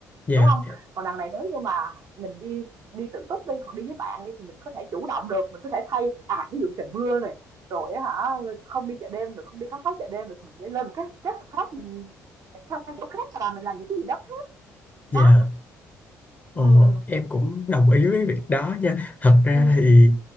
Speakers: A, on the left; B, on the right.
A: dạ
B: đúng không? Còn đằng này nếu như mà mình đi đi tự túc đi, hoặc đi với bạn đi thì mình có thể chủ động được, mình có thể thay à, thí dụ trời mưa này, rồi hả, không đi chợ đêm được, không đi khám phá chợ đêm được thì mình sẽ lên một cái kế hoạch khác, mình sẽ sang chỗ khác là mình làm những cái gì đó khác. Đó,
A: dạ Ờ,
B: ừm,
A: em cũng đồng ý với việc đó nha. Thật ra
B: ừm,
A: thì